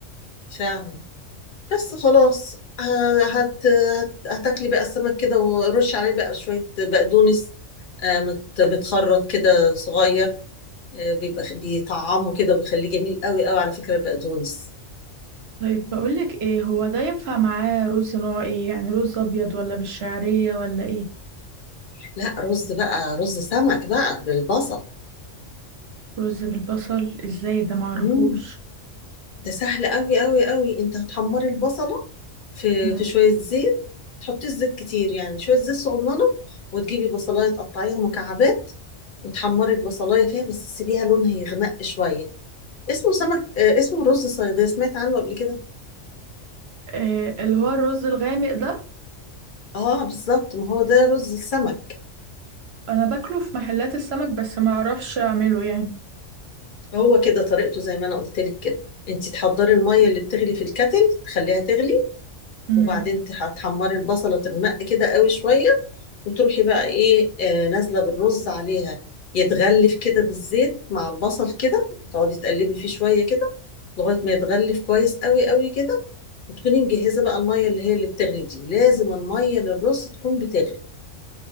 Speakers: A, on the left; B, on the right.
A: فعلا بس خلاص ه- هت... هت... هتاكلي بقى السمك كده ورش عليه بقى شوية بقدونس آه، مت... متخرط كده صغير آه، بيبقى بيطعمه كده بيخليه جميل قوي قوي على فكرة البقدونس
B: طيب بقولك ايه هو ده ينفع معاه رز نوع ايه يعني رز ابيض ولا بالشعرية ولا ايه
A: لا رز بقى رز سمك بقى بالبصل
B: رز بالبصل ازاي ده معرفوش
A: مم. ده سهل قوي قوي قوي انت هتحمري البصله في
B: مم.
A: في شويه زيت تحطيش زيت كتير يعني شويه زيت صغننه وتجيبي بصلايه تقطعيها مكعبات وتحمري البصلايه فيها بس تسيبيها لونها يغمق شويه اسمه سمك آه، اسمه رز صياديه سمعت عنه قبل كده
B: إيه اللي هو الرز الغامق ده
A: اه بالظبط ما هو ده رز السمك
B: انا باكله في محلات السمك بس معرفش اعمله يعني
A: هو كده طريقته زي ما انا قلت لك كده انت تحضري الميه اللي بتغلي في الكتل تخليها تغلي
B: مم.
A: وبعدين تح- تحمري البصلة تغمق كده قوي شوية وتروحي بقى ايه آه نازلة بالرز عليها يتغلف كده بالزيت مع البصل كده تقعدي تقلبي فيه شوية كده لغاية ما يتغلف كويس قوي قوي كده وتكوني مجهزة بقى المية اللي هي اللي بتغلي دي لازم المية للرز تكون بتغلي